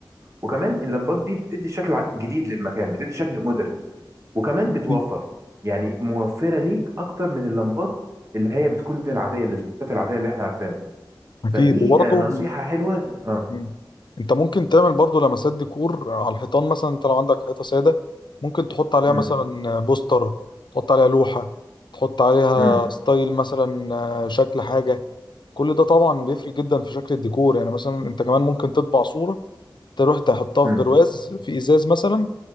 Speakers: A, on the right; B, on the left.
A: وكمان اللمبات دي بتدي شكل ع- جديد للمكان بتدي شكل مودرن وكمان بتوفر
B: اكيد
A: يعني موفرة ليك أكتر من اللمبات اللي هي بتكون العادية السبوتات العادية اللي احنا عارفينها
B: أكيد.
A: فدي
B: وبرضه
A: آه، نصيحة حلوة اه
B: مم. انت ممكن تعمل برضه لمسات ديكور على الحيطان مثلا انت لو عندك حيطه ساده ممكن تحط عليها
A: امم
B: مثلا بوستر تحط عليها لوحه تحط عليها
A: امم
B: ستايل مثلا آه، شكل حاجه كل ده طبعا بيفرق جدا في شكل الديكور يعني مثلا انت كمان ممكن تطبع صوره تروح تحطها
A: امم
B: في برواز في ازاز مثلا